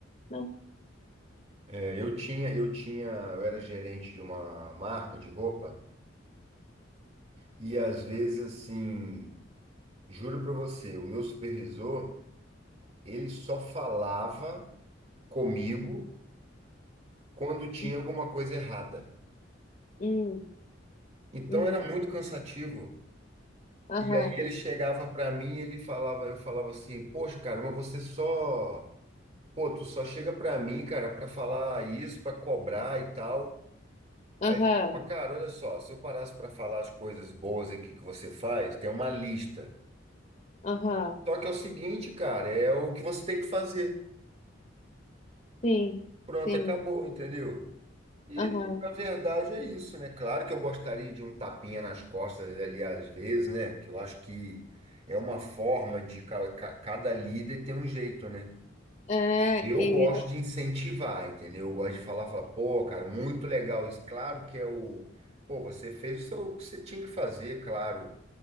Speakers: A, on the left; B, on the right.
A: não.
B: É, eu tinha, eu tinha, eu era gerente de uma marca de roupa e às vezes assim, juro para você, o meu supervisor, ele só falava comigo quando tinha
A: Hum,
B: alguma coisa errada.
A: hum,
B: Então
A: hum,
B: era muito cansativo.
A: aham,
B: E aí ele chegava para mim e ele falava, eu falava assim, poxa, cara, mas você só, pô, tu só chega para mim, cara, para falar isso, para cobrar e tal.
A: aham,
B: Aí ele falava, cara, olha só, se eu parasse para falar as coisas boas aqui que você faz, tem uma lista.
A: aham.
B: Só que é o seguinte, cara, é o que você tem que fazer.
A: Sim,
B: Pronto,
A: sim.
B: acabou, entendeu? E,
A: Aham.
B: na verdade, é isso, né? Claro que eu gostaria de um tapinha nas costas ali às vezes, né? Que eu acho que é uma forma de ca- ca- cada líder ter um jeito, né?
A: É,
B: Eu
A: e-
B: gosto de incentivar, entendeu? Eu gosto de falar, falar, pô, cara, muito legal isso. Claro que é o. Pô, você fez o seu- o que você tinha que fazer, claro.